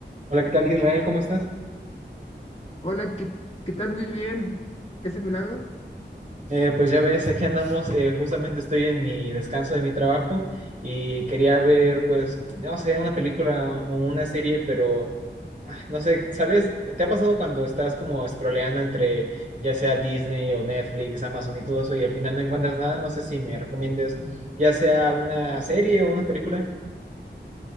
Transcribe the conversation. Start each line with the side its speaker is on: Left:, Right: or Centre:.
Right: Hola, ¿qué tal Israel? ¿Cómo estás?
Left: Hola, ¿qué, qué tal? Muy bien. ¿Ese milagro?
Right: Eh, pues ya ves, aquí andamos, eh, justamente estoy en mi descanso de mi trabajo y quería ver, pues, no sé, una película o una serie, pero ah, no sé, ¿sabes? ¿Te ha pasado cuando estás como scrolleando entre ya sea Disney o Netflix, Amazon y todo eso y al final no encuentras nada? No sé si me recomiendes ya sea una serie o una película. <laughs>